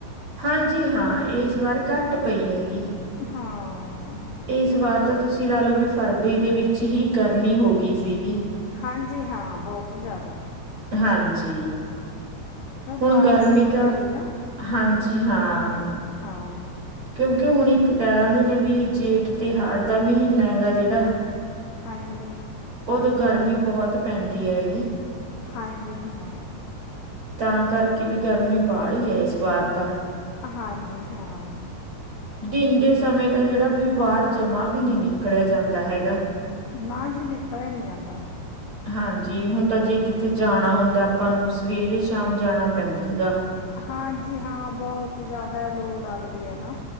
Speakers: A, on the right; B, on the left.
A: ਹਾਂਜੀ ਹਾਂ, ਇਸ ਵਾਰ ਘੱਟ ਪਈ ਹੈਗੀ।
B: ਹਾਂ।
A: ਇਸ ਵਾਰ ਤਾਂ ਤੁਸੀਂ ਲਾ ਲੋ ਵੀ ਫਰਵਰੀ ਦੇ ਵਿੱਚ ਹੀ ਗਰਮੀ ਹੋ ਗਈ ਸੀਗੀ।
B: ਹਾਂਜੀ ਹਾਂ ਬਹੁਤ ਜ਼ਿਆਦਾ।
A: ਹਾਂਜੀ।
B: ਕਿਉਂ
A: ਹੁਣ
B: ਬਾਰਿਸ਼
A: ਗਰਮੀ
B: ਨਹੀਂ
A: ਤਾਂ,
B: ਪਈ ਨਾ
A: ਹਾਂਜੀ ਹਾਂ
B: ਹਾਂ
A: ਕਿਉਂਕਿ ਹੁਣ ਇੱਕ ਕਹਿ ਦਿੰਦੇ ਨੇਂ ਵੀ ਜੇਠ ਤੇ ਹਾੜ ਦਾ ਮਹੀਨਾ ਹੈਗਾ ਜਿਹੜਾ
B: ਹਾਂਜੀ।
A: ਉਦੋਂ ਗਰਮੀ ਬਹੁਤ ਪੈਂਦੀ ਹੈਗੀ।
B: ਹਾਂਜੀ ਹਾਂ।
A: ਤਾਂ ਕਰਕੇ ਵੀ ਗਰਮੀ ਬਾਹਲੀ ਏ, ਇਸ ਵਾਰ ਤਾਂ।
B: ਹਾਂਜੀ ਹਾਂ।
A: ਦਿਨ ਦੇ ਸਮੇਂ ਦਾ ਜਿਹੜਾ ਵੀ ਬਾਹਰ ਜਮਾ ਵੀ ਨ੍ਹੀਂ ਨਿਕਲਿਆ ਜਾਂਦਾ ਹੈਗਾ।
B: ਨਾਂ ਜੀ ਨਿਕਲਿਆ ਨ੍ਹੀਂ ਜਾਂਦਾ।
A: ਹਾਂਜੀ ਹੁਣ ਤਾਂ ਜੇ ਕਿਤੇ ਜਾਣਾ ਹੁੰਦਾ ਆਪਾਂ ਨੂੰ, ਸਵੇਰੇ- ਸ਼ਾਮ ਜਾਣਾ ਪੈਂਦਾ ਹੈਗਾ।
B: ਹਾਂਜੀ ਹਾਂ, ਬਹੁਤ ਜ਼ਿਆਦਾ ਲੋ ਲੱਗਦੀ ਏ ਨਾ।